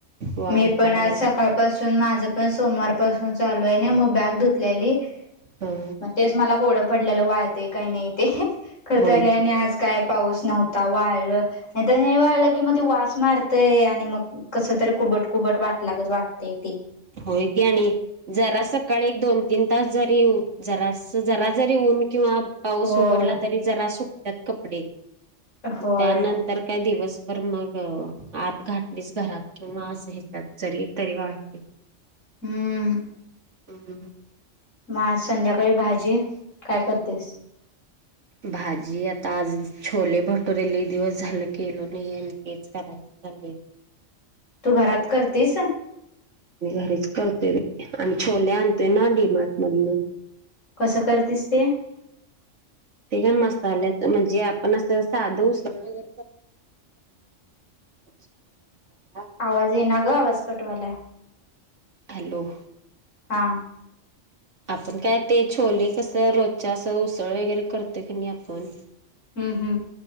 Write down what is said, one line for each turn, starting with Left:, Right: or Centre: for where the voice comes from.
Right: वाळता
Left: मी पण
Right: वाळत
Left: आज सकाळ पासून माझं पण सोमवार पाासून चालू आहे ना मग बॅग धुतलेली
Right: ह
Left: मग तेच मला कोडं पडलेलं वाळते काही नाही ते खतरी
Right: होय
Left: आणि
Right: की
Left: आज काय पाऊस नव्हता वाळलं नाही वाळलं की मग ते वास मारतेय आणि मग कस तरी कुबट कुबट वाटलागत वाटतेय ती
Right: होय क्याणी जरा सकाळी एक दोन तीन तास जरीऊ जरा जरा जरी ऊन किंवा पाऊस
Left: होय
Right: उघडला तरी जरा सुकतात कपडे
Left: होय
Right: त्यानंतर तर काही दिवसभर मग आत घाटलीस घरात किंवा अस ह्याच्यात जरी तरी वाहते
Left: हम्म
Right: हम्म
Left: मग आज संध्याकाळी भाजी काय करतेस
Right: भाजी आता आज छोले भटुरेले दिवस झाल केल नाही तेच करायच संलेडे
Left: तू घरात करतेस
Right: म घरीच करतोय आणि छोले आणतोय ना डीमार्ट मधन
Left: कसं करतस ते
Right: ते काय मसाल्याच म्हणजे आपण असं साध उगैरे <inaudible> हा
Left: आवाज ये ना ग आवाज कटवाला
Right: हॅलो
Left: हा
Right: आपण काय ते छोले कसं रोजच्या असं उसळ वगैरे करतोय की नाही आपण
Left: हम्म हम्